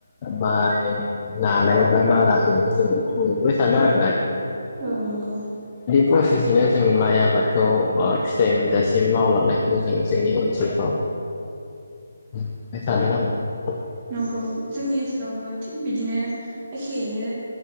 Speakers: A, on the left; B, on the right.
A: माइ नानाय बा मारा होनायखौ जों नुबाय थादो आरोना।
B: औ नंगौ।
A: प्रसेसनो जोंनि माइ आबादखौ ओ फिथाइ मोनजासिम मावलांनायखौ जों जोंनि ओनसोलफ्राव नुबाय थादों आरो।
B: नंगौ जोंनि ओनसोलावबो थिग बिदिनो एखेयैनो